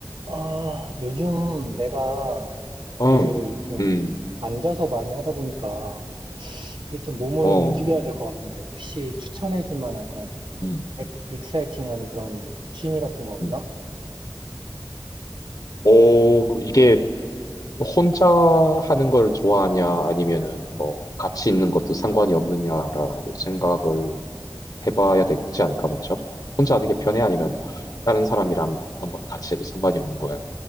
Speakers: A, on the right; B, on the left.
A: 아, 요즘 내가
B: 음,
A: 일을 좀
B: 음,
A: 앉아서 많이 하다 보니까 이게 좀 몸을
B: 어,
A: 움직여야 될 것 같은데 혹시 추천해 줄 만한 그런
B: 음,
A: 엑- 익사이팅한 그런 취미 같은 거 없나?
B: 음. 오, 이게 혼자 하는 걸 좋아하냐, 아니면은 뭐 같이 있는 것도 상관이 없느냐라고 생각을 해봐야 되지 않을까, 먼저? 혼자 하는 게 편해? 아니면 다른 사람이랑 어떤 걸 같이 해도 상관이 없는 거야?